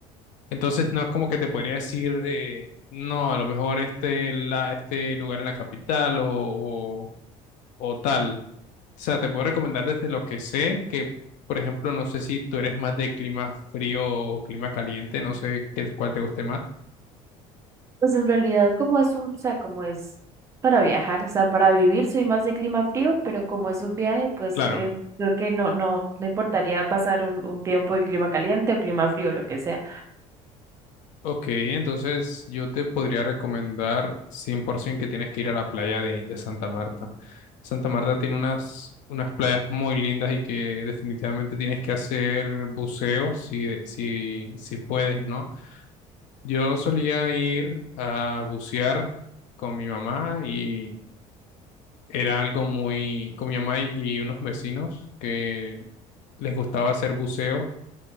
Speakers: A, on the left; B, on the right.
A: Entonces no es como que te podría decir, eh, no, a lo mejor este, la, este lugar en la capital o, o, o tal. O sea, te puedo recomendar desde lo que sé que... Por ejemplo, no sé si tú eres más de clima frío o clima caliente, no sé qué, cuál te guste más.
B: Pues en realidad como es un, o sea, como es para viajar, o sea, para vivir soy más de clima frío, pero como es un viaje, pues
A: Claro.
B: eh, creo que no, no, no importaría pasar un, un tiempo en clima caliente o clima frío, lo que sea.
A: Ok, entonces yo te podría recomendar 100% que tienes que ir a la playa de, de Santa Marta. Santa Marta tiene unas, unas playas muy lindas y que definitivamente tienes que hacer buceo si, si, si puedes, ¿no? Yo solía ir a bucear con mi mamá y era algo muy, con mi mamá y y unos vecinos que les gustaba hacer buceo